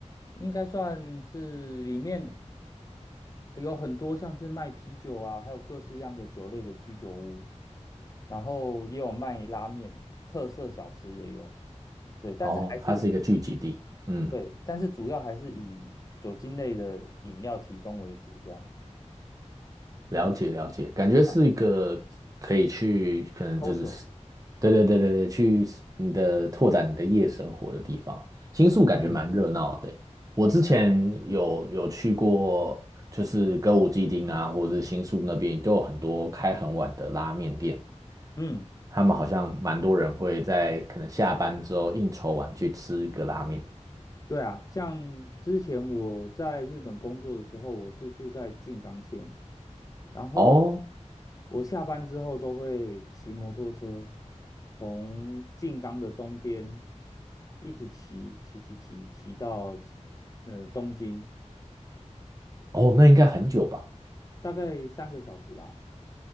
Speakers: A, on the left; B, on the right.
A: 应该算是里面有很多像是卖啤酒啊，还有各式样的酒类的居酒屋，然后也有卖拉面，特色小吃也有，对，但是还是以，
B: 哦，它是一个聚集地，嗯，
A: 对，但是主要还是以酒精类的饮料提供为主，这样，
B: 了解了解，
A: 嗯，
B: 感觉是一个可以去，
A: 啊
B: 可能就是，
A: ，social，
B: 对对对对对，去你的拓展你的夜生活的地方。新宿感觉蛮热闹的欸我之前有有去过，
A: 嗯
B: 就是歌舞伎町啊，或者是新宿那边，都有很多开很晚的拉面店，
A: 嗯，
B: 他们好像蛮多人会在可能下班之后应酬完去吃一个拉面。
A: 对啊，像之前我在日本工作的时候，我是住在静冈县，然后
B: 哦
A: 我下班之后都会骑摩托车，从静冈的东边一直骑骑骑骑骑到呃东京，
B: 哦，那应该很久吧？
A: 大概三个小时吧。